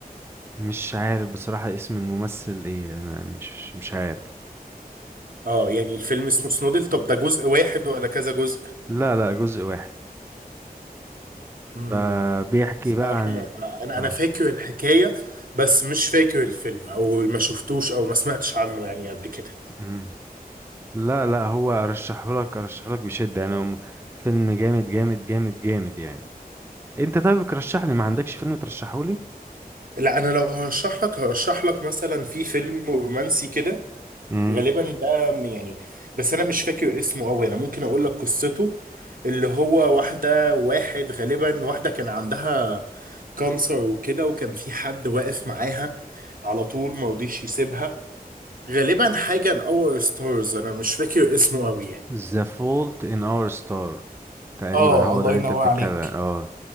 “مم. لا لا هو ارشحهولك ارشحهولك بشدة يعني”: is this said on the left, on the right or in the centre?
Right